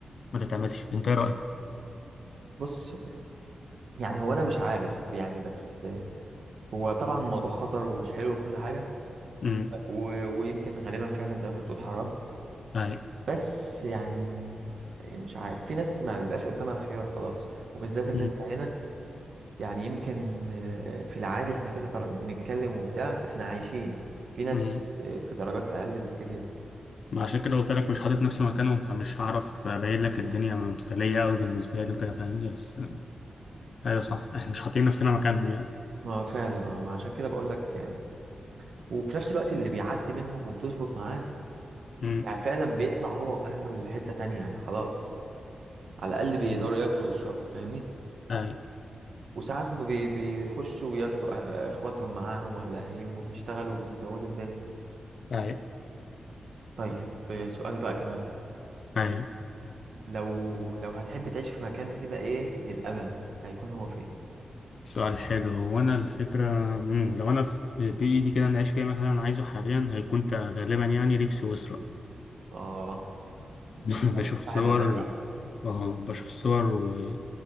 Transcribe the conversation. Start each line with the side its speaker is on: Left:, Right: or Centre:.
Left: ما تتعملش انت ايه رأيك
Right: بص يعني هو أنا مش عارف يعني بس هو طبعا الموضوع خطر ومش حلو وكل حاجة
Left: امم
Right: و... ويمكن غالبا فعلا زي ما أنت بتقول حرام
Left: اي
Right: بس يعني مش عارف في ناس ما بيبقاش قدامها خيار خلاص وبالذات ان
Left: امم
Right: انت هنا يعني يمكن آه، في العادي احنا كده طر- بنتكلم وبتاع احنا عايشين في ناس
Left: امم
Right: آه، في درجات اقل بكتير جدا
Left: ما عشان كده قلت لك مش حاطط نفسي مكانهم فمش هعرف ابين لك الدنيا مثاليه قوي بالنسبه لي وكده فاهمني بس ايوه صح احنا مش حاطين نفسنا مكانهم يعني
Right: ما هو فعلا اه ما عشان كده بقول لك آه، وفي نفس الوقت اللي بيعدي منهم وبتظبط معاه
Left: امم
Right: يعني فعلا بيطلع هو واهله لحتة تانية يعني خلاص على الاقل بيقدروا
Left: أمم.
Right: ياكلوا ويشربوا فاهمني
Left: اي
Right: وساعات ما بي- بيخشوا وياخدوا آه، اخواتهم معاهم ولا اهاليهم وبيشتغلوا وبيزودوا الدنيا
Left: اي
Right: طيب آه، سؤال بقى كمان
Left: اي
Right: لو لو هتحب تعيش في مكان كده ايه للابد هيكون هو فين
Left: سؤال حلو هو انا الفكره امم لو انا في بايدي كده انا اعيش فيها مثلا عايزه حاليا هيكون تع- غالبا يعني ريف سويسرا
Right: اه انت
Left: <laughs>
Right: صاحب
Left: بشوف
Right: صاحب
Left: صور
Right: مزاج بقى
Left: اه بشوف صور و...